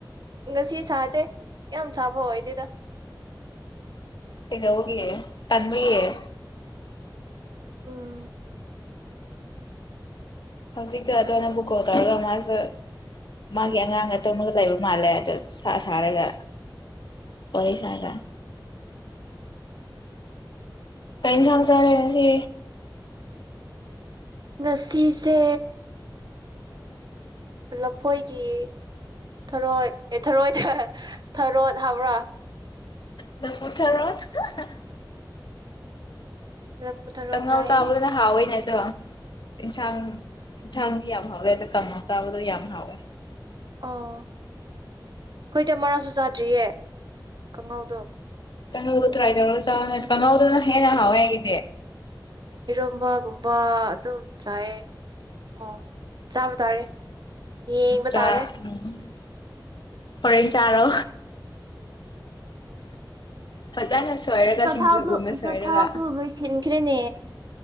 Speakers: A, on the right; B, on the left.
A: ꯉꯁꯤ ꯁꯥꯗꯦ ꯌꯥꯝ ꯁꯥꯕ ꯑꯣꯏꯗꯦꯗ
B: ꯇꯅ ꯍꯒꯦ ꯇꯟꯃꯤꯌꯦꯦ
A: ꯎꯝ
B: ꯍꯧꯖꯤꯛꯇꯣ ꯑꯗꯣꯅ ꯕꯨ ꯀꯣꯜ ꯇꯧꯔꯒ ꯃꯥꯁꯨ ꯃꯥꯒꯤ ꯑꯉꯥꯡꯒ ꯇꯨꯝꯉꯒ ꯂꯩꯕ ꯃꯥꯜꯂꯦ ꯑ ꯁꯥꯔꯒ ꯋꯥꯔꯤꯆꯔꯦ
A: ꯑꯣ
B: ꯀꯩꯅꯩꯅ ꯆꯥꯟ ꯆꯔꯦꯩꯅꯁꯤ
A: ꯉꯁꯤꯁꯦ ꯂꯐꯣꯏꯒꯤ ꯊꯔꯣꯏ ꯊꯔꯣꯏ ꯊꯔꯣꯠ ꯍꯥꯏꯕ꯭ꯔꯥ
B: ꯂꯐꯨ ꯊꯥꯔꯣ <unintelligible>
A: ꯂꯐꯨ ꯊꯔꯣꯠ
B: ꯀꯪ ꯉꯎ
A: ꯆꯥꯏꯌꯦ
B: ꯆꯕꯅꯍꯋꯥꯏꯅꯦ ꯑꯗꯣ ꯏꯟꯁꯥꯡ ꯏꯟꯁꯥꯡꯗꯤ ꯌꯥꯝ ꯍꯥꯎꯋꯦ ꯑꯗꯣ ꯀꯥꯡ ꯆꯥꯕꯗꯣ ꯌꯥꯝ ꯍꯥꯎꯋꯦ
A: ꯑꯣ ꯑꯩꯈꯣꯏꯗ ꯃꯔꯥꯁꯨ ꯆꯥꯗ꯭ꯔꯤꯌꯦ ꯈꯉꯥꯎꯗꯣ
B: ꯀꯥꯡꯍꯧꯗꯨ ꯇ꯭ꯔꯥꯏ ꯇꯧꯔꯒ ꯆꯥ ꯀꯥꯡꯉꯧꯗꯨꯅ ꯍꯦꯟꯅ ꯍꯥꯎꯋꯦꯒꯤꯗꯤ
A: ꯏꯔꯣꯝꯕꯒꯨꯝꯕ ꯑꯗꯨꯝ ꯆꯥꯏꯑꯌꯦ ꯑꯣ ꯆꯥꯕ ꯇꯥꯔꯦ ꯌꯦꯕ
B: ꯆꯥ
A: ꯇꯥꯔꯦ
B: ꯎꯝ ꯍꯣꯔꯦꯟ ꯆꯥꯔꯣ ꯐꯖꯅ ꯁꯣꯏꯔꯒ
A: ꯆꯊꯥꯎꯁꯨ
B: ꯁꯤꯡꯖꯨꯒꯨꯝꯅ ꯁꯣꯏꯔꯒ
A: ꯆꯊꯥꯎꯁꯨ ꯂꯣꯏꯈꯤꯟꯈ꯭ꯔꯦꯅꯦ